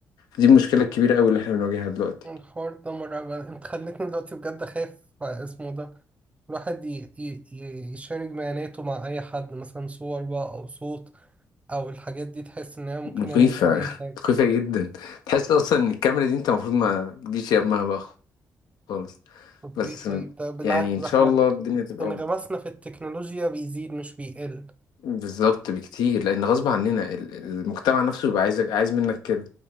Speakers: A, on the left; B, on the right.
A: دي المشكله الكبيره قوي اللي احنا بنواجهها دلوقتي
B: الحوار ده مرعب أنت خلتني دلوقتي بجد أخاف اسمه ده الواحد ي- ي- ي- يشارك بياناته مع أي حد مثلا صور بقى أو صوت أو الحاجات دي تحس إن هي ممكن
A: مخيفة
B: يعمل بيها أي حاجة
A: مخيفة جدا تحس أصلا إن الكاميرا دي أنت المفروض ما تجيش يمها بقى خالص
B: طب
A: بس
B: ايه طيب طب بالعكس
A: يعني إن
B: ده
A: شاء
B: احنا
A: الله الدنيا تبقى
B: انغمسنا
A: أفضل
B: في التكنولوجيا بيزيد مش بيقل
A: بالظبط بكتير لأن غصب عننا ال- المجتمع نفسه بيبقى عايزك عايز منك كده